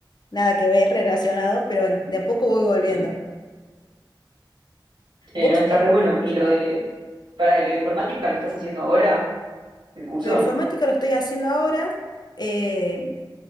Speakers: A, on the left (about 60°); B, on the right (about 65°).
A: nada que ver relacionado, pero bueno, de a poco voy volviendo.
B: Mm. Sí,
A: Vos,
B: no, está
A: eh,
B: re bueno. ¿Y lo de, para, y lo de informática lo estás haciendo ahora, el curso?
A: lo informático lo estoy haciendo ahora. eh,